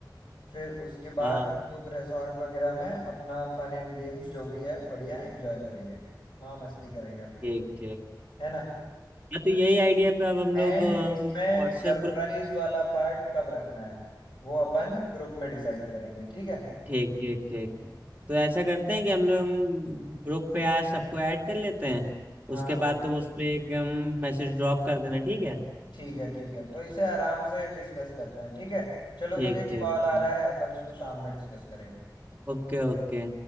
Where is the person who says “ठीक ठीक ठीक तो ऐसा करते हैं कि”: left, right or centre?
Right